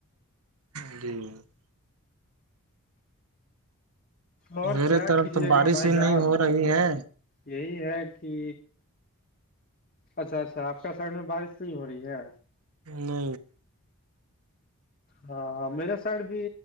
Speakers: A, on the right (about 80°); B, on the left (about 40°).
A: ای
B: اور
A: میرے
B: کیا
A: طرف
B: کیجیے
A: تو بارش
B: گا بھائی
A: ہی
B: صاحب
A: نہیں ہو رہی ہے
B: یہی ہے کہ اچھا اچھا آپ کا سائڈ میں بارش سی ہو رہی ہے
A: نو
B: ہاں میرے سائڈ بھی